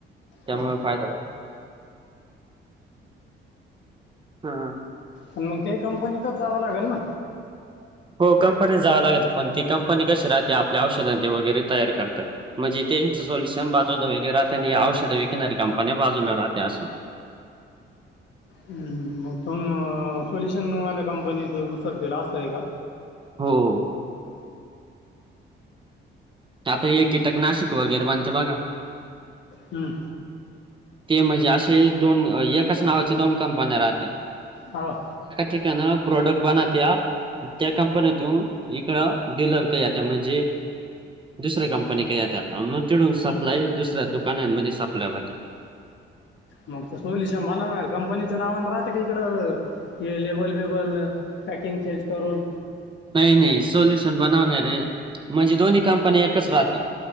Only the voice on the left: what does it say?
हं.
पण मग तेही कंपनीतच जावं लागल ना.
हम्म. मग तोन सोल्युशन वाल्या कंपनीच उचलतील असं आहे का.
हं.
हाव
हं.
मग ते सोल्युशन बनवणार, कंपनीच्या नावान राहत का इकडं हे लेबल बिबल? पॅकिंग चेंज करून